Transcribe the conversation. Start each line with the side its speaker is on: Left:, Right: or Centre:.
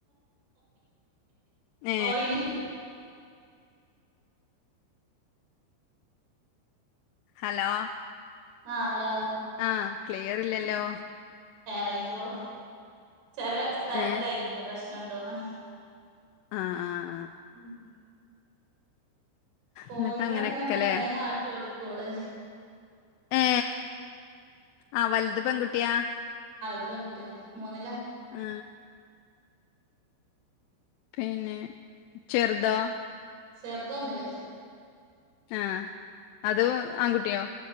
Left: ഏ
Right: പോയിന്
Left: ഹലോ
Right: ആഹ് ഹലോ
Left: ആ ക്ലിയറില്ലല്ലോ
Right: ഉം റേഞ്ച് പോ ചെല സ്ഥല്ത്തെ
Left: ഏഹ്
Right: റേഞ്ചിന്റെ പ്രശ്നുണ്ടോന്ന്ണ്
Left: ആ ആ
Right: ഉം കോഴികളൊക്കെ
Left: എന്നിട്ടങ്ങനെയൊക്കെല്ലേ
Right: കണ്ടാ വേഗം ആട്ട്യോടിക്കോള്
Left: ഏ ആ വലുത് പെൺകുട്ട്യാ
Right: പെൺകുട്ട്യാ മൂന്നില
Left: ആ പിന്നെ ചെറുതോ
Right: ചെറ്തൊന്നില്
Left: ആ അത് ആൺകുട്ട്യോ